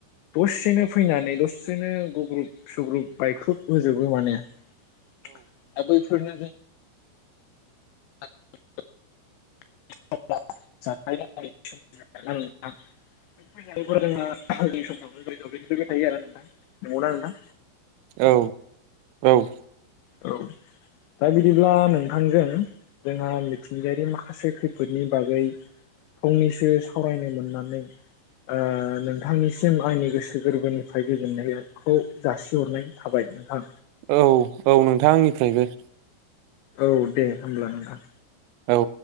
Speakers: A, on the left; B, on the right.
A: दसेनो फैनानै दसे बिदिनो गुग्रुब सुग्रुब बायख्रब होजोबो माने। आरो बैफोरनो <unintelligible> <unintelligible> <unintelligible> नंगौना नोंथां।
B: औ औ।
A: औ दा बिदिब्ला नोंथांजों जोंहा। मिथिंगायारि माखासे खै बागै फंनैसो सावरायनो मोननानै ओ नोंथांनिसिम आंनि गोसो गोरबोनिफ्राय गोजोननाय। खौ जासिहरनाय थाबाय नोंथां।
B: औ औ नोंथां आंनिफ्रायबो।
A: औ दे होमब्ला नोंथां।
B: औ।